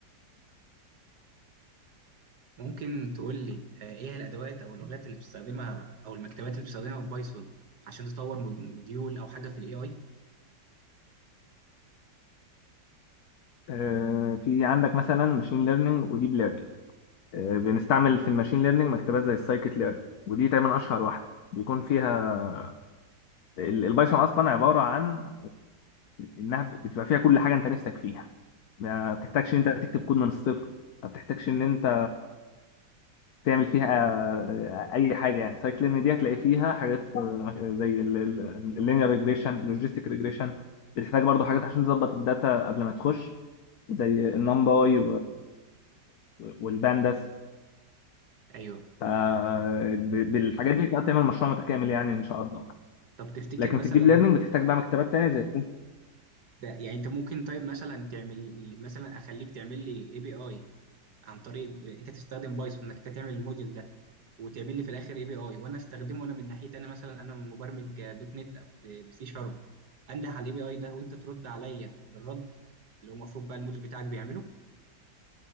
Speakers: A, on the right; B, on the left.
A: ممكن تقول لي آه، ايه هي الادوات او اللغات اللي بتستخدمها او المكتبات اللي بتستخدمها في بايثون عشان تطور مود- مديول او حاجه في الاي اي
B: آه، في عندك مثلا ماشين ليرنينج وديب ليرنينج بنستعمل في الماشين ليرنينج مكتبات زي السايكت ليرن ودي تقريبا اشهر واحدة بيكون فيها ال- البايثون اصلا عباره عن انها بتبقى فيها كل حاجه انت نفسك فيها ما بتحتاجش ان انت تكتب كود من الصفر ما بتحتاجش ان انت تعمل فيها آه، اي حاجه يعني سايكل ليرن دي هتلاقي فيها حاجات آه، زي اللينير ريجريشن اللوجيستيك ريجريشن بتحتاج برضو حاجات عشان تظبط الداتا قبل ما تخش زي النمباي والبانداس
A: ايوه
B: ف- ب- بالحاجات دي تقدر تعمل مشروع متكامل يعني ان شاء الله
A: طب تفتكر
B: لكن
A: مثلا
B: في الديب ليرنينج بتحتاج بقى مكتبات تانية زي
A: ده يعني انت ممكن طيب مثلا تعمل مثلا اخليك تعمل لي اي بي اي عن طريق ب- انت تستخدم بايثون انك انت تعمل الموديل ده وتعمل لي في الاخر اي بي اي وانا استخدمه انا من ناحيتي انا مثلا انا مبرمج دوت نت او بسي شارب انده على الاي بي اي ده وانت ترد عليا بالرد اللي هو المفروض بقى الموديل بتاعك بيعمله